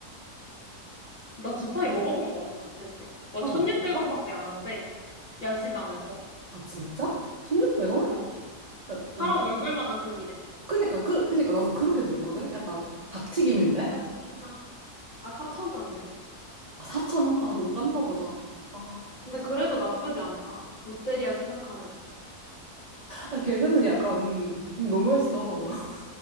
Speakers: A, on the left (about 35°); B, on the right (about 80°).
A: 나 지팡이 먹어본 것 같아 갔을 때. 막
B: 아,
A: 1,600원밖에
B: 너 진짜?
A: 안 한대 야시장에서.
B: 아, 진짜? 1600원?
A: 어, 사람
B: 엄-
A: 얼굴만한 그 길에.
B: 그니까, 그, 그니까, 나도 그렇게 들었거든? 약간, 닭튀김인데?
A: <gasps> 헉, 맛있겠다. 아 4,000원이네.
B: 아, 4천원
A: <laughs>
B: 아, 올랐나 보다. 아,
A: 근데 그래도 나쁘지 않다. 롯데리아 생각하면.
B: 아, 걔네는 약간, 좀 너무했어. <laughs>